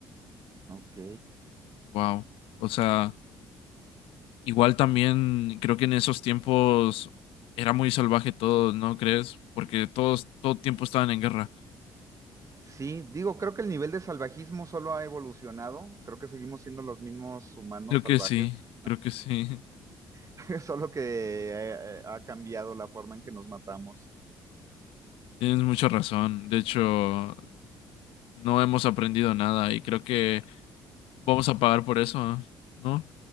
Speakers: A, on the right; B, on the left.
A: Ok.
B: Wow. O sea, Igual también creo que en esos tiempos era muy salvaje todo, ¿no crees? Porque todos todo tiempo estaban en guerra.
A: Sí, digo, creo que el nivel de salvajismo solo ha evolucionado, creo que seguimos siendo los mismos humanos
B: Creo
A: salvajes,
B: que sí, creo que sí. <laughs>
A: <laughs> solo que eh, eh, ha cambiado la forma en que nos matamos.
B: Tienes mucha razón. De hecho, no hemos aprendido nada y creo que vamos a pagar por eso, ¿no?